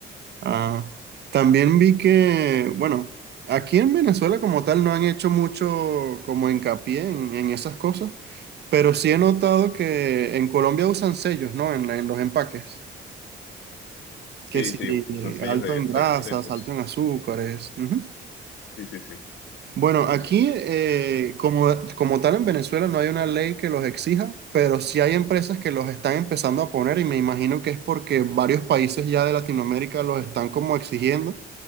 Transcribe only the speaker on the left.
sí,
sí, usan sellos
de,
de
excesos.
Sí, sí, sí,
sí los
usan.